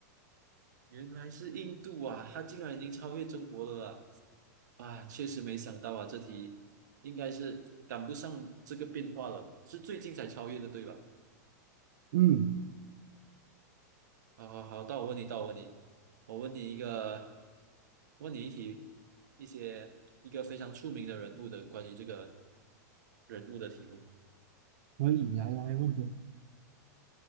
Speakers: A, on the right; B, on the right.
A: 原来是印度啊，它竟然已经超越中国了啦！啊，确实没想到啊，这题应该是赶不上这个变化了，是最近才超越的，对吧？
B: 嗯，
A: 好好好，到我问你，到我问你，我问你一个，问你一题，一些一个非常出名的人物的关于这个人物的题目。
B: 可以，来来问个，